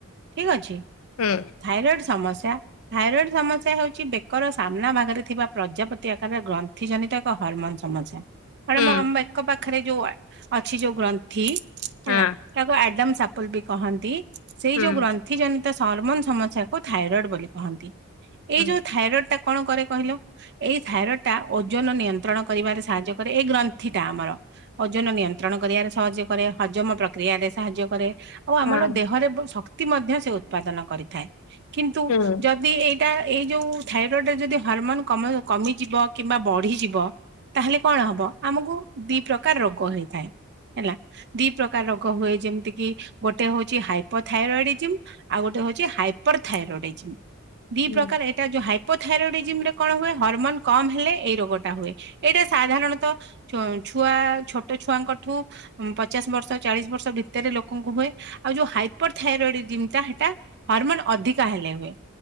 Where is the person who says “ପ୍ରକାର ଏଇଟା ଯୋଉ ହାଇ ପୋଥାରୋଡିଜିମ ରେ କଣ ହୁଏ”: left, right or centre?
Right